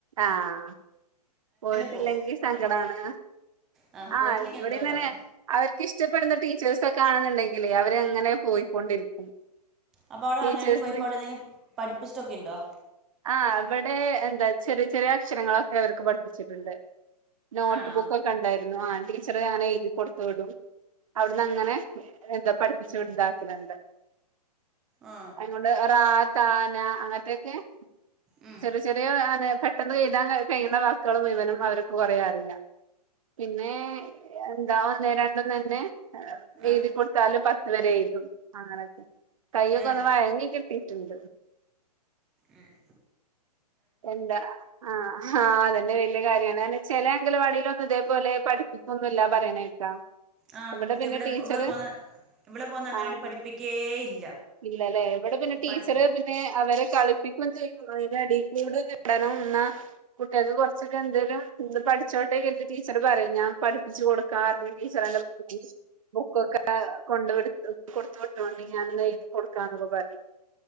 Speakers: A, on the right; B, in the centre.
A: ആഹ് പോയിട്ടില്ലെങ്കി
B: പോവും
A: സങ്കടാണ്
B: ആ പോയിട്ടില്ലെങ്കിൽ
A: ആഹ് ഇവടിം
B: എന്തോ
A: തന്നെ
B: മതി
A: അവര്ക്ക് ഇഷ്ടപ്പെടുന്ന ടീച്ചേഴ്സൊക്കെ ആണെന്നുണ്ടെങ്കിലേ അവര് അങ്ങനെ പോയിക്കൊണ്ടിരിക്കും
B: അപ്പോ അവ്ടെ
A: ടീച്ചേഴ്സിന്
B: അങ്ങനവാടി പോയപ്പോ അവടെന്തേലും പഠിപ്പിച്ചിട്ടൊക്കെണ്ടോ
A: ആഹ് അവിടെ എന്താ ചെറിയ ചെറിയ അക്ഷരങ്ങളൊക്കെ അവർക്ക് പഠിപ്പിച്ചിട്ടുണ്ട്. നോട്ട്
B: ആണോ
A: ബുക്ക് ഒക്കെ ഉണ്ടായിരുന്നു ആ ടീച്ചറെ അങ്ങനെ എഴുതി കൊടുത്ത് വിടും. അവിടുന്നങ്ങനെ എന്താ പഠിപ്പിച്ചു ഇതാക്കലുണ്ട്.
B: ആ
A: അതൊണ്ട് റാ താ ന അങ്ങനത്തെയൊക്കെ
B: ഉം
A: ചെറിയ ചെറിയ പെട്ടെന്ന് എഴുതാൻ കഴിയുന്ന വാക്കുകള് മുഴുവനും അവർക്ക് കുറേ അറിയാം പിന്നെ എന്താ ഒന്നെ രണ്ടും തന്നെ
B: ആ
A: എഴുതി കൊടുത്താലും പത്ത് വരെ എഴുതും അങ്ങനെക്കെ കയ്യൊക്കെ
B: ഏ
A: ഒന്ന് വഴങ്ങി കിട്ടിയിട്ടുണ്ട്
B: ഏഹ്
A: എന്താ ആഹ് ആ അതന്നെ വലിയ കാര്യമാണ് ചെല അംഗനവാടിയിൽ ഒന്നും ഇതേപോലെ പഠിപ്പിക്കൊന്നുംല്ല പറയണ കേൾക്കാ.
B: ആ
A: ഇവിടെ
B: ഇതിവിടെ
A: പിന്നെ ടീച്ചറ്
B: ഇവിടെ ഇവിടെ പോന്ന ഇവിടെ പോന്ന അങ്ങനെയായിട്ട്
A: ആഹ്
B: പഠിപ്പിക്കേ ഇല്ല
A: ഇല്ലല്ലേ. എവിടെ പിന്നെ ടീച്ചർ
B: പഠി
A: പി അവരെ കളിപ്പിക്കുകയും ചെയ്യും അതിന്റെ ഇടയിൽ കൂടെ ഇടണം എന്ന കുട്ടികൾക്ക് കുറച്ചൊക്കെ എന്തേങ്കിലും പഠിച്ചോട്ടേ കരുതി ടീച്ചർ പറയും ഞാൻ പഠിപ്പിച്ച് കൊടുക്കാ ടീച്ചർന്റെ- ഉം ബുക്കൊക്കെ കൊണ്ട് കൊടുത്ത് കൊടുത്ത് വിട്ടോണ്ടി ഞാൻ എഴുതികൊടുക്കാന്ന് പറ